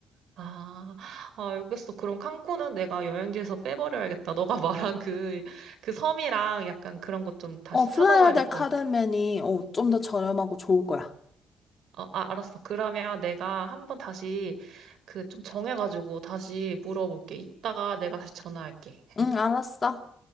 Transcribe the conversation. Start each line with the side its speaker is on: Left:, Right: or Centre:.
Right: 아, 아, 알겠어. 그럼 칸쿤은 내가 여행지에서 빼버려야겠다. 너가 <laughs> 말한 그, 그 섬이랑 약간 그런 것 좀 다시
Left: 어, 플라야
Right: 찾아봐야
Left: 델
Right: 될 것
Left: 카르멘이
Right: 같아.
Left: 어, 좀 더 저렴하고 좋을 거야.
Right: 어, 아, 알았어. 그러면 내가 한번 다시 그 좀 정해가지고 다시 물어볼게. 이따가 내가 다시 전화할게.
Left: 응, 알았어.